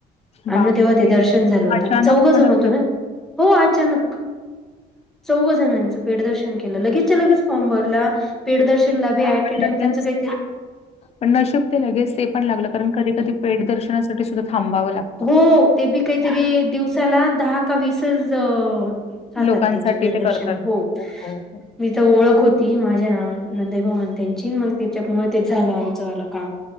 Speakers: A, in the centre; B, on the left.
A: आणि
B: बापरे!
A: मगं तेव्हा ते दर्शन झालं होतं
B: अचानकपणे
A: चौघजन होतो
B: एवढं
A: ना हो अचानक चौघाजणांचे पेडदर्शन केलं, लगेच्या लगेच फॉम भरला तुला बी ऍट
B: पण
A: अ टाइम
B: लगेच
A: त्यांच काही
B: पण नशिब ते लगेच ते पण लागलं कारण कधी कधी पेड दर्शनासाठी सुद्धा थांबावं लागत.
A: हो ते बी काहीतरी दिवसाला दहा का वीसच राहातात
B: लोकांसाठी
A: त्यांचे पेडदर्शन
B: ते करतात.
A: हो
B: हो, हो.
A: मी तर ओळख होती माझ्या नंदे भाऊ अन् त्यांची मग त्याच्यामुळे तेच झालं आमचं काम